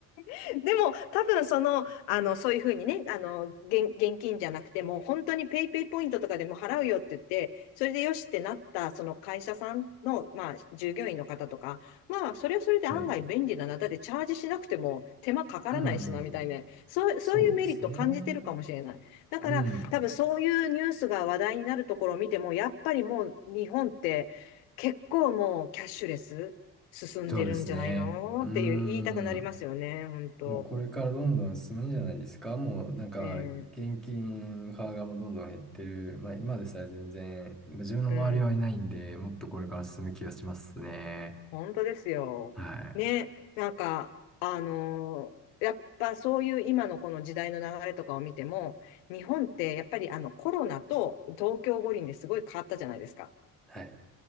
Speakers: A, on the left; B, in the centre.
A: <laughs> でも、多分その、あの、そういうふうにね、あの、現、現金じゃなくても、本当にペイペイポイントとかでも払うよって言って、それでよしってなった、その会社さんの、まあ、従業員の方とか、まあ、それはそれで案外便利だな。
B: はい。
A: だってチャージしなくても手間かからないしな、
B: うん。
A: みたいな。そう、
B: そうですね。
A: そういうメリット感じてるかもしれない。だから、
B: うん。
A: 多分そういうニュースが話題になるところを見ても、やっぱりもう日本って結構もうキャッシュレス。進んでるんじゃないのっていう言いたくなりますよね、
B: そうですね。うん。
A: 本当。
B: もうこれからどんどん進むんじゃないですか。もうなんか現金派がもうどんどん減ってる。
A: ね
B: まあ今でさえ全然、まあ自分の周りはいないんで、
A: え、うん、
B: もっとこれから進む気がしますね。
A: 本当ですよ。
B: はい。
A: ね、なんか、あのーやっぱそういう今のこの時代の流れとかを見ても、日本ってやっぱりあのコロナと東京五輪ですごい変わったじゃないですか。
B: はい。